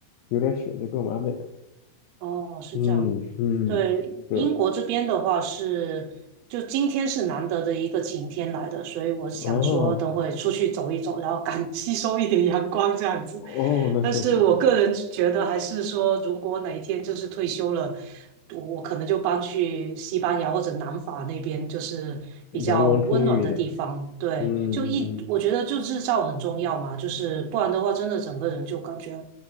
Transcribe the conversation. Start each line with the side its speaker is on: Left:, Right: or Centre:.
Left: 有点雪就更完美了。
Right: 哦，是这样。
Left: 嗯嗯，
Right: 对，
Left: 是的，
Right: 英国这边的话是，就今天是难得的一个晴天来的，所以我想说等会出去走一走，
Left: 哦。
Right: 然后赶 <laughs> 吸收一点阳光这样子。
Left: 哦，那确实，
Right: 但是我个人觉得，还是说如果哪一天就是退休了，我我可能就搬去西班牙或者南法那边，就是比较温暖的地方。
Left: 阳光充裕一点。
Right: 对，
Left: 嗯嗯
Right: 就一我觉得就日照很重要嘛，就是不然的话，真的整个人就感觉。